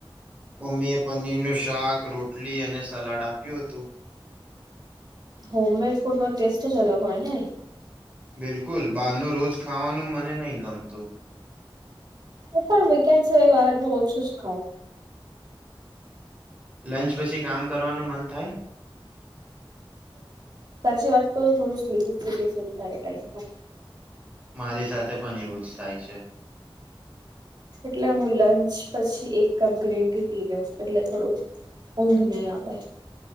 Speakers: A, on the right; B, on the right.
A: મમ્મી એ પનીરનુંશાક રોટલી અને સલાડ આપ્યું હતું.
B: હોમમેડ ફૂડ નો ટેસ્ટ જ અલગ હોય ને.
A: બિલકુલ બહાર ન રોજ ખાવાનું મને નહી ગમતું.
B: હું પણ વીકેન્ડ છે એ બહાર ન ઓછું જ ખાઉ.
A: લંચ પછી કામ કરવાનું મન થાય?
B: સાચી વાત તો થોડું સ્લીપી સ્લીપી ફીલ થ એ ટાઈમ પર.
A: મારી સાથે પણ એવું જ થાય છે.
B: એટલે હું લંચ પછી એક કપ ગ્રીન ટી પી લઉ એટલે થોડુંક ઊઘ ની આવે.